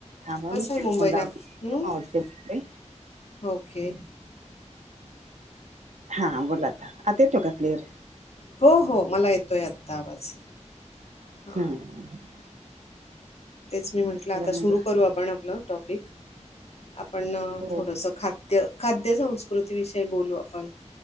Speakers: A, on the right (about 70°); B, on the left (about 55°).
A: थांबा हा
B: कसं
A: मी,
B: आहे
A: हेडफोन
B: मुंबईला
A: लावते.
B: हम्म
A: आवाज कमी येतोय.
B: ओके,
A: हां बोला आ, आता येतो का क्लिअर?
B: हो, हो मला येतोय आत्ता आवाज,
A: हम्,
B: हां तेच मी म्हंटलं, आता
A: तर म्हणजे
B: सुरू करू आपण आपलं टॉपिक, आपण
A: हो
B: थोडस खाद्य, खाद्यसंस्कृती विषयी बोलू आपण.